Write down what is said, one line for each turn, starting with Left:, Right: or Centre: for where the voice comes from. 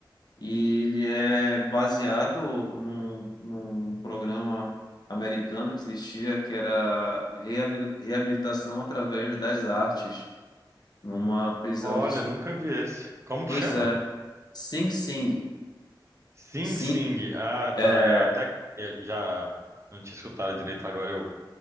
Left: E ele é baseado num, num programa americano que existia, que era reabil- reabilitação através das artes, numa prisão
Right: Olha,
Left: de. se-
Right: nunca vi esse. Como
Left: Pois
Right: que chama?
Left: é, Sing Sing.
Right: Sing
Left: Sim,
Right: Sing. Ah, tá.
Left: é,
Right: É até é, já não tinha escutado direito, agora eu